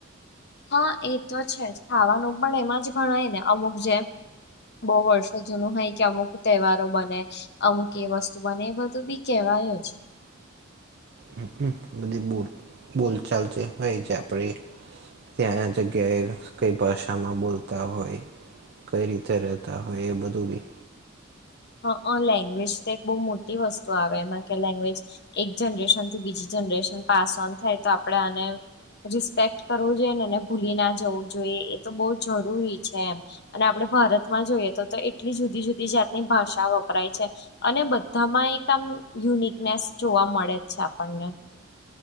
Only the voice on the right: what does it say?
હ, હ બધી બોલ, બોલ ચાલ જે હોય, જે આપરી. ત્યાં આ જગ્યાએ કંઈ ભાષામાં બોલતા હોય. કઈ રીતે રહેતા હોય, એ બધું બી.